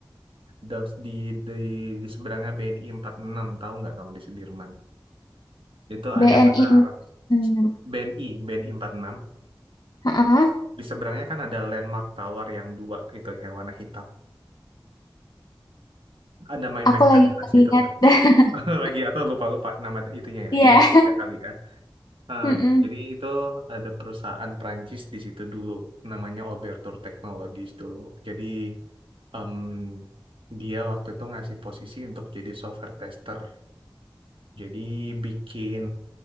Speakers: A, on the right; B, on the left.
A: di di di, di seberangnya BNI enam, tahu nggak kamu di Sudirman? Itu
B: BNI
A: ada menara
B: 46.
A: BNI, BNI enam.
B: Heeh,
A: Di seberangnya kan ada Landmark Tower yang dua itu yang warna hitam. Ada main-main
B: Aku lagi
A: kan di atas itu
B: ingat.
A: nggak?
B: <laughs>
A: <laughs> Lagi atau lupa-lupa nama itunya ya,
B: Iya.
A: gedungnya kali ya. Nah,
B: Mm-mm.
A: jadi itu ada perusahaan Prancis di situ dulu, namanya Obertur Technologies dulu. Jadi em, dia waktu itu ngasih posisi untuk jadi software tester. Jadi bikin